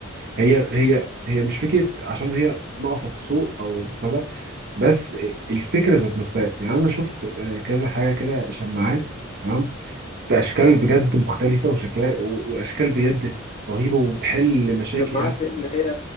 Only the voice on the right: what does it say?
هي هي هي مش فكره عشان هي ناقصه في السوق او ابتدى بس الفكره ذات نفسها يعني انا شفت آه، كذا حاجه كده شماعات تمام باشكال بجد مختلفه وشكلها و- واشكال بجد رهيبه وبتحل مشاكل
يعني